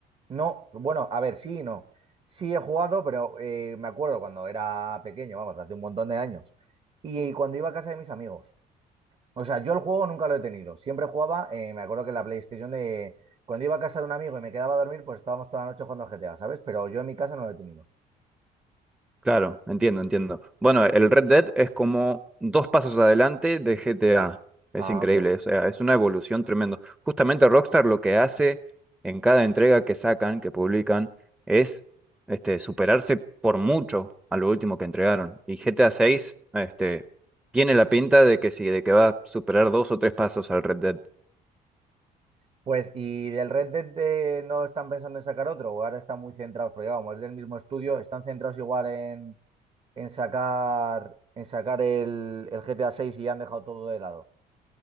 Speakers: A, on the right; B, in the centre.
A: No, bueno, a ver, sí y no. Sí he jugado, pero eh, me acuerdo cuando era pequeño, vamos, hace un montón de años. Y cuando iba a casa de mis amigos. O sea, yo el juego nunca lo he tenido. Siempre jugaba, eh, me acuerdo que en la PlayStation de... Cuando iba a casa de un amigo y me quedaba a dormir, pues estábamos toda la noche jugando al GTA, ¿sabes? Pero yo en mi casa no lo he tenido.
B: Claro, entiendo, entiendo. Bueno, el Red Dead es como dos pasos adelante de GTA. Es
A: Ah,
B: increíble,
A: amigo.
B: o sea, es una evolución tremenda. Justamente Rockstar lo que hace en cada entrega que sacan, que publican, es este, superarse por mucho a lo último que entregaron. Y GTA 6 este, tiene la pinta de que sí, de que va a superar dos o tres pasos al Red Dead.
A: Pues, ¿y del Red Dead de- no están pensando en sacar otro? ¿O ahora están muy centrados? Porque vamos, es del mismo estudio, están centrados igual en, en sacar, en sacar el, el GTA 6 y ya han dejado todo de lado.